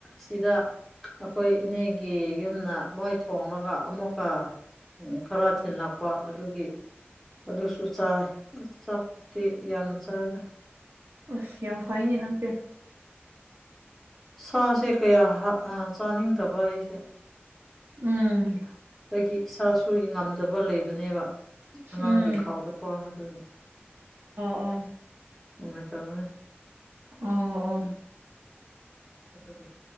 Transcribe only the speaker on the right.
ꯑꯁꯤ ꯌꯥꯝ ꯐꯥꯏꯅꯦꯅꯪ ꯀ
ꯎꯝ
ꯎꯝ
ꯑꯥ
ꯑ ꯑ